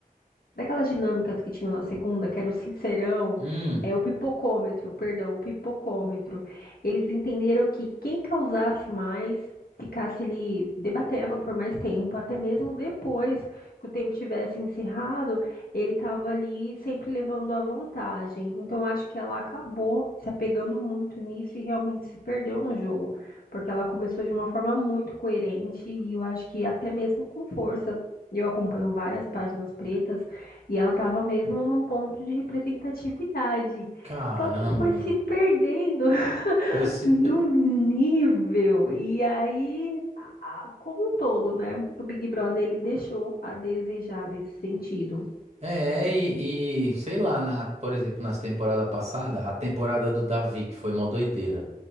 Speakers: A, on the left; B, on the right.
A: daquelas dinâmicas que tinham na segunda, que era o sincerão,
B: hum,
A: é, o pipocômetro, perdão, o pipocômetro. Eles entenderam que quem causasse mais ficasse ali debatendo por mais tempo, até mesmo depois que o tempo tivesse encerrado, ele estava ali sempre levando a vantagem. Então acho que ela acabou se apegando muito nisso e realmente se perdeu no jogo. Porque ela começou de uma forma muito coerente e eu acho que até mesmo com força. Eu acompanho várias páginas pretas e ela estava mesmo num ponto de representatividade.
B: caramba,
A: Só que foi
B: meu.
A: se perdendo <laughs>
B: Foi se.
A: num nível. E aí, a- a- como um todo, né? O Big Brother ele deixou a desejar nesse sentido.
B: É, e, e, sei lá, na, por exemplo, nas temporada passada, a temporada do Davi, que foi uma doideira.